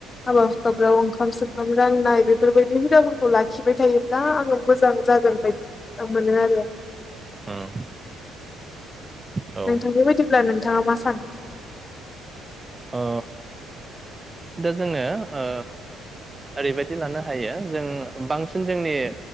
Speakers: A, on the left; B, on the right.
A: हाबा हुखाफ्राव ओंखाम संखाम राननाय बेफोरबायदि हुदाफोरखौ लाखिबाय थायोब्ला आङो मोजां जागोन बायदि औ मोनोआरो
B: उम औ
A: नोंथांनि बायदिब्ला नों दावासान
B: ओ दा जोङो ओ ओरैबायदि लानो हायो जों बांसिन जोंनि